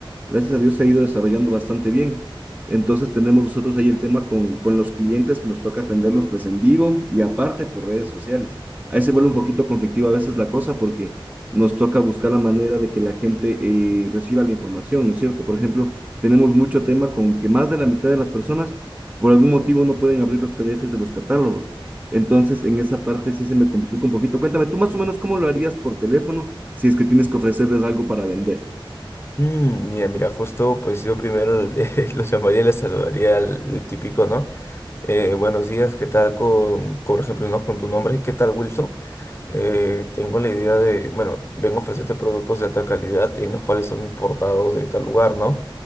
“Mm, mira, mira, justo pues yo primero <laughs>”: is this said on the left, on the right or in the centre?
Left